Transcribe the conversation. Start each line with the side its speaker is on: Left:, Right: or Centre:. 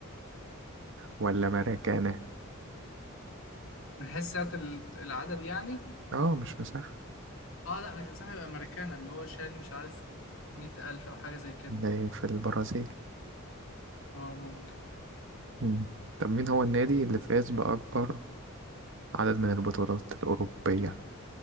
Right: ولا مراكانا؟
Left: من حيث ساعة ال- العدد يعني
Right: آه مش مساحة
Left: اه لا مش مساحة يبقى ماريكانا اللي هو شال مش عارف 100000 أو حاجة زي كده
Right: ده في البرازيل
Left: اه ممكن
Right: مم. طب مين هو النادي اللي فاز بأكبر عدد من البطولات الأوروبية؟